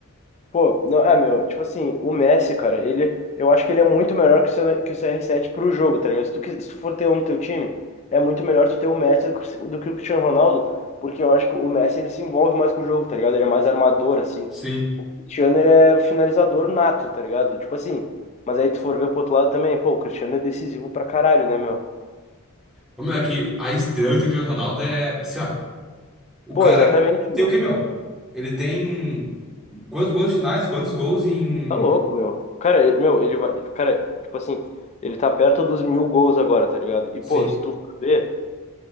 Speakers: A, on the left; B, in the centre.
A: pô, não, é, meu, tipo assim, o Messi, cara, ele, eu acho que ele é muito melhor que o, C- que o CR7 pro jogo, tá ligado? Se tu, quis- se tu for ter um no teu time, é muito melhor tu ter o Messi do, que o do que o Cristiano Ronaldo, porque eu acho que o Messi, ele se envolve mais com o jogo, tá ligado? Ele é mais armador, assim.
B: Sim.
A: O Cristiano, ele é finalizador nato, tá ligado? Tipo assim, mas aí tu for ver pro outro lado também, pô, o Cristiano é decisivo pra caralho, né, meu?
B: Ô, meu, aqui, a estrela que tem o Cristiano Ronaldo é, sei lá, o
A: Pô,
B: cara
A: exatamente,
B: tem
A: meu.
B: o quê, meu? Ele tem quantos, quantos finais, quantos gols em.
A: Tá louco, meu. Cara, ele- meu, ele vai. Cara, tipo assim, ele tá perto dos mil gols agora, tá ligado? E,
B: Sim,
A: pô, se tu for ver,